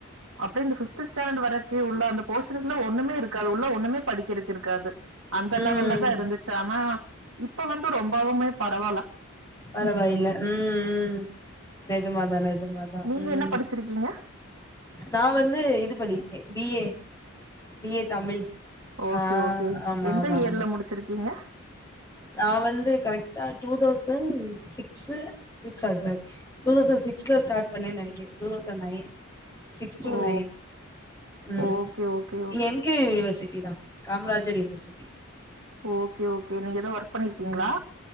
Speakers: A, on the right; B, on the left.
A: அப்டியே இந்த ஃபிப்த் ஸ்டாண்டர்ட் வரக்கி உள்ள அந்த போஷன்ஸ்லா ஒன்னுமே இருக்காது உள்ள ஒன்னுமே படிக்கிறதுக்கு இருக்காது அந்த
B: ம்
A: லெவல்லதா இருந்துச்சு ஆனா இப்ப வந்து ரொம்பவுமே பரவால்ல
B: பரவாயில்ல
A: ம்
B: ம் ம் நெஜமாதா நெஜமாதா
A: நீங்க
B: ம்
A: என்ன படிச்சிருக்கீங்க
B: நா வந்து இது பண்ணிருக்கே B A B A Tamil
A: ஓகே
B: ஆ
A: ஓகே
B: ஆமா
A: எந்த
B: ஆமா
A: இயர்ல
B: ஆமா
A: முடிச்சிருக்கீங்க
B: நா வந்து கரெக்டா two thousand six six sorry sorry two thousand சிக்ஸ்ல ஸ்டார்ட் பண்ணே நெனைக்கிறே two thousand nine six two
A: ஓ
B: நைன் ம்
A: ஓகே ஓகே
B: நீங்க
A: ஓகே
B: என் து யுனிவர்சிட்டி தா காமராஜர் யுனிவர்சிட்டி
A: ஓகே ஓகே நீங்க எது ஒர்க் பண்ணிருக்கீங்களா
B: ம்